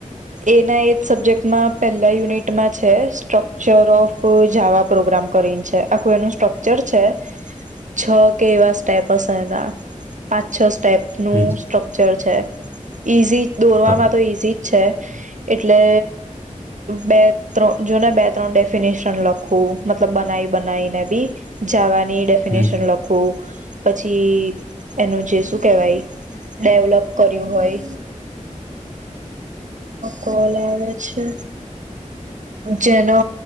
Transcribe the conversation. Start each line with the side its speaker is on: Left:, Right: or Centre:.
Right: એના એ સબ્જેક્ટમાં પહેલા યુનિટમાં છે સ્ટ્રક્ચર ઓફ જાવા પ્રોગ્રામ કરીને છે આખું એનું સ્ટ્રકચર છે છ કે એવા સ્ટેપ હશે એના પાંચ છ સ્ટેપ નું
Left: હમ
Right: સ્ટ્રક્ચર છે ઇઝી દોરવાવામાં
Left: હા
Right: એટલે બે ત્ર જોને બે ત્રણ ડેફિનેશન લખવું મતલબ બનાઈ બનાવીને બી જાવાની ની ડેફિનેશન
Left: હમ
Right: લખું પછી એનું જે શું કેવાય ડેવલપ કર્યું હોય કોલ આવે છે જેનો